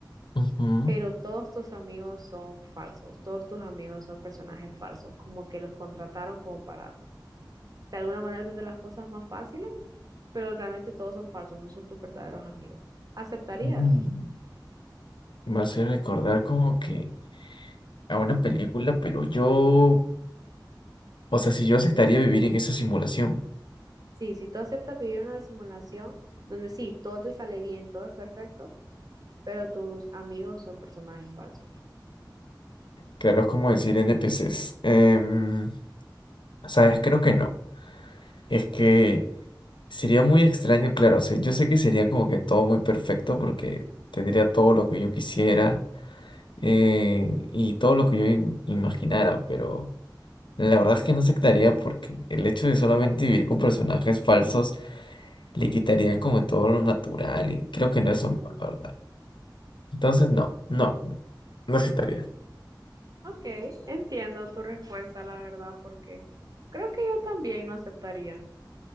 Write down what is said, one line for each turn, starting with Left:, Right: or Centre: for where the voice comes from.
Left: ujú.
Right: pero todos tus amigos son falsos, todos tus amigos son personajes falsos, como que los contrataron como para de alguna manera hacerte las cosas más fáciles, pero realmente todos son falsos, no son tus verdaderos amigos. ¿Aceptarías?
Left: Mm. Me hace recordar como que a una película, pero yo, o sea, si yo aceptaría vivir en esa simulación.
Right: Sí, si tú aceptas vivir una simulación donde sí, todo te sale bien, todo es perfecto, pero tus amigos son personajes falsos.
Left: Claro, es como decir NPCs. Em, ¿sabes? Creo que no. Es que sería muy extraño, claro. o sea, yo sé que sería como que todo muy perfecto porque tendría todo lo que yo quisiera eh, y todo lo que yo im- imaginara, pero la verdad es que no aceptaría porque el hecho de solamente vivir con personajes falsos le quitaría como todo lo natural y creo
Right: Ujú.
Left: que no es lo mejor, la verdad. Entonces, no, no, no aceptaría.
Right: Ok, entiendo tu respuesta, la verdad, porque creo que yo también no aceptaría.